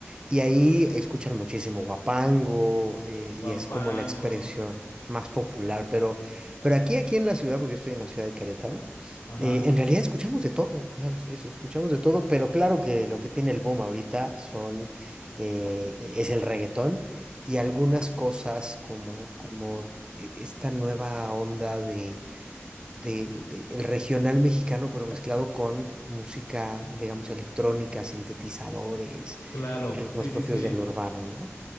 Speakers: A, on the right (about 20°); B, on the left (about 80°).
A: y ahí escuchan muchísimo huapango eh, y
B: Guapango.
A: es como la expresión más popular, pero, pero aquí, aquí en la ciudad, porque yo estoy en la ciudad de Querétaro,
B: Ajá.
A: eh, en realidad escuchamos de todo, o sea, es- escuchamos de todo, pero claro que lo que tiene el boom ahorita son, eh, es el reggaetón y algunas cosas como, como e- esta nueva onda de, de- el regional mexicano, pero mezclado con música, digamos, electrónica, sintetizadores,
B: Claro,
A: ritmos
B: sí,
A: propios
B: sí, sí.
A: del urbano, ¿no?